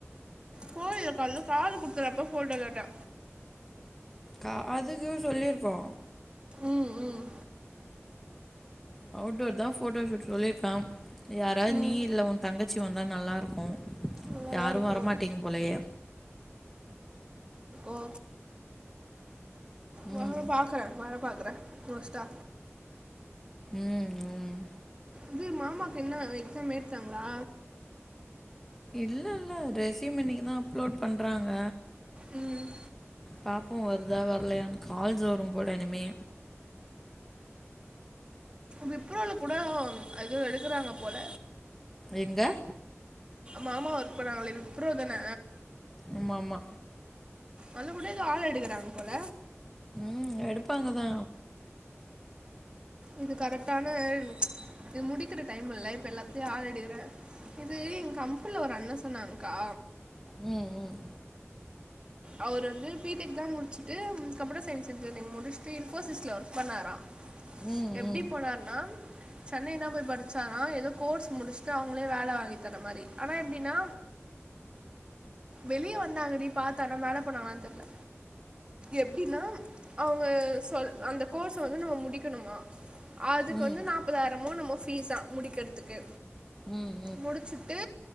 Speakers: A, on the right; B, in the centre.
A: கோயில்ல காலைல காது குத்துறப்போ ஃபோட்டோ கேட்ட
B: காதுக்கு சொல்லிருக்கோ
A: ம் ம்
B: அவுட்டோர் தா ஃபோட்டோ ஷூட் சொல்லிருக்க யாராவது
A: ம்
B: நீ இல்ல ஓ தங்கச்சி வந்தா நல்லூருக்கும்
A: நல்லா
B: யாரும்
A: தான் இருக்கும்
B: வரமாட்டிங்க போலயே
A: ஓ வர
B: ம்
A: பாக்கற வர பாக்கற மோஸ்ட்டா
B: ம் ம்
A: இது மாமாக்கு என்ன எக்ஸாம் எழுதிட்டாங்களா
B: இல்ல இல்ல ரெஸ்யூம் இன்னைக்குதா அப்லோட் பண்றாங்க
A: ம்
B: பாப்போம் வருதா வர்லையானு கால்ஸ் வரும் போல இனிமே
A: விப்ரோல கூட அது எடுக்கறாங்க போல
B: எங்க
A: மாமா ஒர்க் பண்ணாங்களே விப்ரோ தான
B: ஆமா ஆமா
A: அங்க கூட எதோ ஆள் எடுக்கறாங்க போல
B: ம் எடுப்பாங்க தா
A: இது கரெக்டான இது முடிக்கிற டைம் இல்ல இப்ப எல்லாத்தையு ஆளேடுக்குற இது எங் கம்பின்ல ஒரு அண்ணா சொன்னாங் கா
B: உம் உம்
A: அவரு வந்து பி டெக் தா முடிச்சுட்டு கம்ப்யூட்டர் சயின்ஸ் இன்ஜினியரிங் முடிச்சுட்டு, இன்போசிஸ்ல ஒர்க் பண்ணாரா
B: ம்
A: எப்படி போனார்னா சென்னை தா போய் படிச்சாரா எதோ கோர்ஸ் முடிச்சுட்டு அவங்களே வேலை வாங்கி தர மாரி ஆனா எப்டின்னா வெளியே வந்தாங்கடி பத்த ஆனா மேல போனாங்களா தெர்ல எப்டின்னா அவ்ங்க சொல் அந்த கோர்ஸ வந்து நம்ம முடிக்கணுமா அதுக்கு
B: ம் ம்
A: வந்து நாப்பதாயிரமோ என்ம்மோ பீஸா முடிக்கறத்துக்கு
B: ம்
A: முடிச்சிட்டு